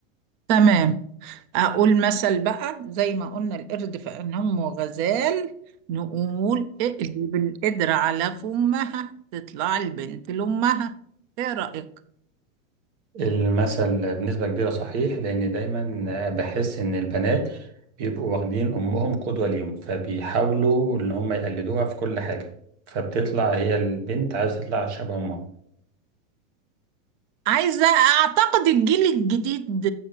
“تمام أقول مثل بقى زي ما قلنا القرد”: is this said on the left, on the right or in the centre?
Right